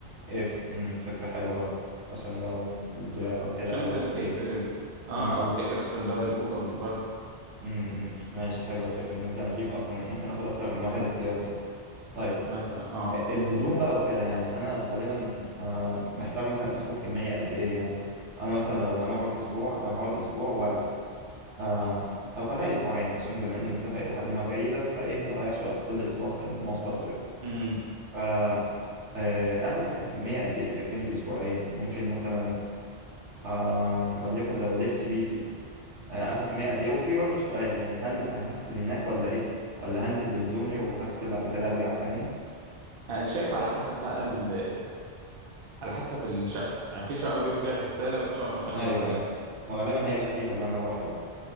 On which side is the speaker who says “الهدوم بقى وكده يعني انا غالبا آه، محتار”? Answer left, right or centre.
Right